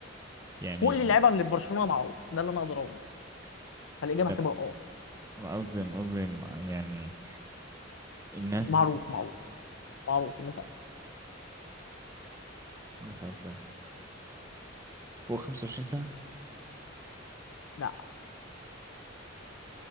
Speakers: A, on the right; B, on the left.
A: يعني
B: كل اللعيبه اللي في برشلونه معروف ده اللي انا اقدر اقوله فالاجابه
A: لا
B: هتبقى اه
A: أنا قصدي أنا قصدي مع- يعني الناس
B: معروف معروف معروف الناس عارفين
A: الناس عارفاه فوق 25 سنة
B: لا